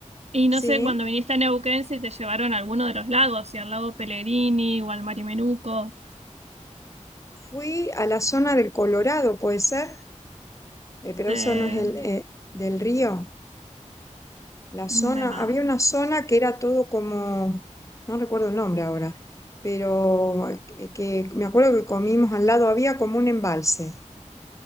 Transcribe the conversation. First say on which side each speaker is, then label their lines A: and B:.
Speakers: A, on the right; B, on the left.
A: y
B: Sí,
A: no sé, cuando viniste a Neuquén si te llevaron a alguno de los lagos, si al lago Pellegrini o al Marimenuco,
B: fui a la zona del Colorado, puede ser, Eh, pero
A: de,
B: eso no es el eh, del río. La zona,
A: me ma-
B: había una zona que era todo como, no recuerdo el nombre ahora, pero eh, que me acuerdo que comimos al lado, había como un embalse